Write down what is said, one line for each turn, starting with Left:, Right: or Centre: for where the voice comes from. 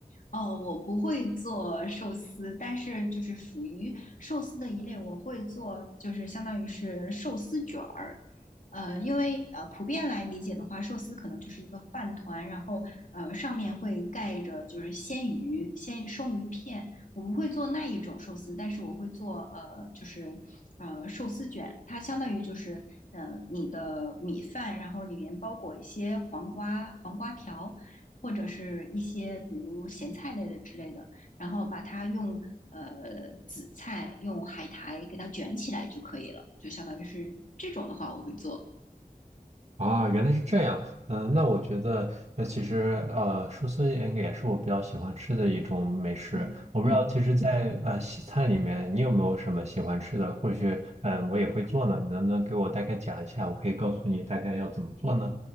Left: 哦，我不会做寿司，但是就是属于寿司的一类，我会做，就是相当于是寿司卷儿。呃，因为呃，普遍来理解的话，寿司可能就是一个饭团，然后呃，上面会盖着就是鲜鱼、鲜生鱼片。我不会做那一种寿司，但是我会做呃，就是呃寿司卷，它相当于就是呃你的米饭，然后里面包裹一些黄瓜、黄瓜条。或者是一些比如咸菜类的之类的，然后把它用呃紫菜用海苔给它卷起来就可以了，就相当于是这种的话我会做。
Right: 啊，原来是这样。嗯、那我觉得，那其实呃，寿司应该也是我比较喜欢吃的一种美食。
Left: 嗯嗯，
Right: 我不知道，其实在，呃西餐里面，你有没有什么喜欢吃的？或许，嗯、我也会做呢。你能不能给我大概讲一下？我可以告诉你大概要怎么做呢？